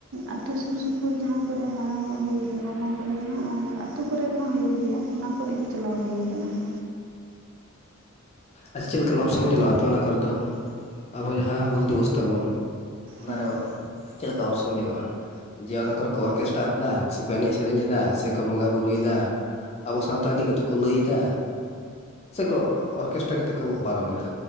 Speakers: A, on the right; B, on the left.
A: ᱟᱛᱳ ᱥᱩᱨ ᱥᱩᱯᱩᱨ ᱡᱟᱦᱟᱸ ᱠᱚᱨᱮ ᱢᱟᱲᱟᱝ ᱧᱚᱜ ᱦᱩᱭ ᱟᱠᱟᱱᱟ ᱚᱱᱟ ᱠᱚᱨᱮ ᱦᱟᱸᱜ ᱟᱨ ᱟᱛᱳ ᱠᱚᱨᱮ ᱢᱟ ᱦᱩᱭᱩᱜ ᱜᱮᱭᱟ ᱚᱱᱟ ᱠᱚᱨᱮ ᱜᱮ ᱪᱟᱞᱟᱣ ᱦᱩᱭ ᱟᱠᱟᱱᱟ ᱦᱟᱸᱜ,
B: ᱟᱪᱪᱷᱟ <unintelligible> ᱪᱮᱫ ᱠᱟᱱ ᱚᱨᱥᱚᱝ ᱧᱮᱞᱚᱜᱼᱟ, ᱟᱯᱮ ᱚᱱᱟ ᱠᱚᱨᱮ ᱫᱚ? ᱟᱵᱚ ᱡᱟᱦᱟᱸ ᱦᱩᱞ ᱫᱤᱵᱚᱥ ᱛᱟᱵᱚᱱ ᱚᱱᱟᱨᱮ
A: ᱦᱮᱸ
B: ᱪᱮᱫ ᱞᱮᱠᱟ ᱚᱨᱥᱚᱝ ᱧᱮᱞᱚᱜᱼᱟ ᱡᱮ ᱚᱱᱟ ᱠᱚᱨᱮ ᱠᱚ ᱚᱨᱠᱮᱥᱴᱟᱨ ᱮᱫᱟ ᱥᱮᱠᱚ ᱮᱱᱮᱡ ᱥᱮᱨᱮᱧ ᱮᱫᱟ ᱥᱮᱠᱚ ᱵᱚᱸᱜᱟ ᱵᱩᱨᱩᱭᱮᱫᱟ᱾ ᱟᱵᱚ ᱥᱟᱶᱛᱟ ᱤᱫᱤ ᱠᱟᱛᱮᱫ ᱠᱚ ᱞᱟᱹᱭ ᱮᱫᱟ ᱥᱮᱠᱚ ᱚᱨᱠᱮᱥᱴᱟᱨ ᱠᱟᱛᱮᱫ ᱠᱚ ᱯᱟᱨᱚᱢ ᱮᱫᱟ